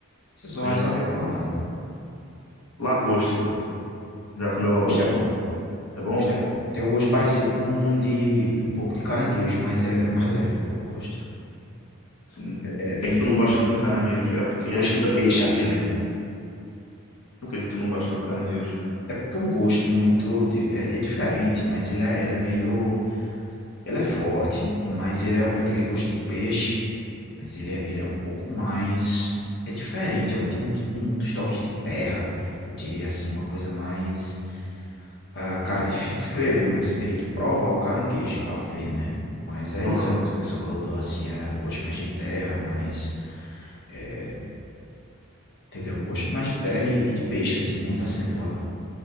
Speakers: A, on the left; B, on the left.
A: Você só
B: Sim.
A: vai saber provando.
B: Lagosta. Já comeu
A: O
B: lagosta?
A: gosto é bom.
B: É bom?
A: O gosto é bom. Tem um gosto parecido com um de um pouco de caranguejo, mas é, é mais leve o o gosto.
B: Sim.
A: É bem,
B: Por que que
A: bem,
B: tu não gosta
A: é bem
B: de caranguejo? É porque
A: Gosto
B: é justamente
A: de peixe,
B: porque
A: assim.
B: ele. Por que tu não gosta do caranguejo?
A: É porque é um gosto muito di é é diferente, mas ele é ele é meio ele é forte, mas ele é um, é aquele gosto de peixe, mas ele é ele é um pouco mais é diferente, é um tem um tipo muitos toques de terra, eu diria assim, uma coisa mais ah, cara, é difícil descrever, mano, você teria que provar o caranguejo pra ver, né. Mas é
B: Aham,
A: isso, a descrição que eu dou, assim, era um gosto mais de terra, mais, eh, entendeu? Um gosto mais de terra e e de peixe, assim, muito acentuado.